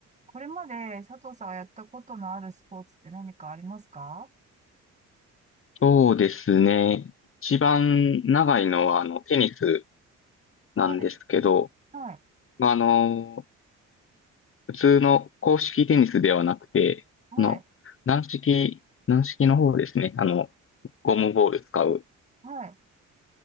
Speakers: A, on the right; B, on the left.
A: これまで佐藤さんがやったことのあるスポーツって何かありますか
B: そうですね。一番長いのは、あの、テニスなんですけど、
A: はい、はい、
B: まあ、あの、普通の公式テニスではなくて、
A: はい、
B: あの、軟式、軟式の方ですね。あの、ゴムボール使う。
A: はい。